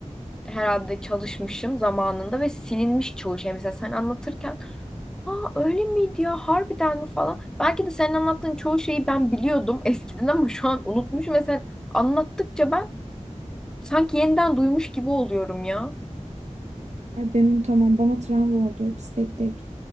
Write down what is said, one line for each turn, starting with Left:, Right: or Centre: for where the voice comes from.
Centre: herhalde çalışmışım zamanında ve silinmiş çoğu şey. Mesela sen anlatırken aa öyle miydi ya harbiden mi falan. Belki de senin anlattığın çoğu şeyi ben biliyordum eskiden ama şu an unutmuşum ve sen anlattıkça ben Sanki yeniden duymuş gibi oluyorum ya.
Right: Ay ben unutamam bana travma oldu hepsi tek tek.